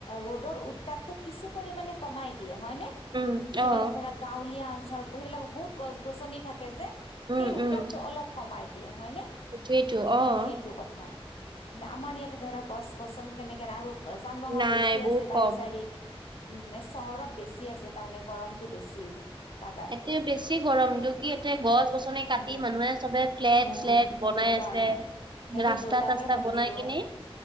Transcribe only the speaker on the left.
ৰ'দৰ উত্তাপটো কিছু পৰিমানে কমাই দিয়ে হয়নে
যিবিলাক
ধৰা গাঁৱলীয়া অঞ্চল সেইবিলাক বহুত গছ গছনি থাকে যে
সেই উত্তাপটো
অলপ কমাই দিয়ে হয় নে
এ সেইটো কথা কি আমাৰ ইয়াতে ধৰা গছ গছনি তেনেকে নাই আৰু যান বাহন
বেছি
আছে গাড়ী
চাড়ী উম চহৰত বেছি আছে তাৰমানে গৰমতটো বেছি। লাগাতকৈ
উম
উম
সেইটো
কাৰণে
সেইটোতো
তাকে
ভাবিছো।